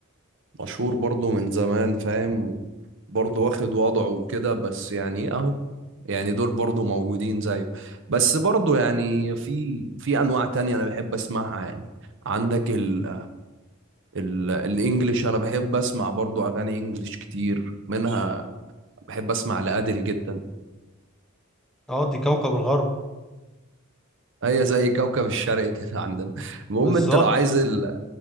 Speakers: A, on the right; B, in the centre.
A: مشهور برضه من زمان فاهم برضه واخد وضعه وكده بس يعني إيه اهو يعني دول برضه موجودين زيه بس برضه يعني في في انواع تانية انا بحب اسمعها يعني عندك ال ال الانجليش انا بحب اسمع برضه اغاني انجليش كتير منها بحب اسمع لأديل جدا
B: اه دي كوكب الغرب
A: هي زي كوكب الشرق <laughs> كده عندنا المهم
B: بالظبط
A: انت لو عايز ال...